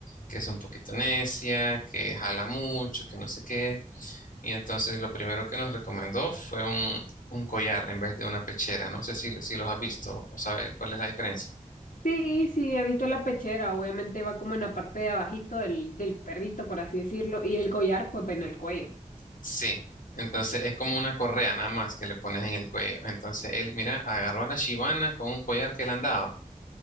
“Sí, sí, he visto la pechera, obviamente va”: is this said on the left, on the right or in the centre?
Left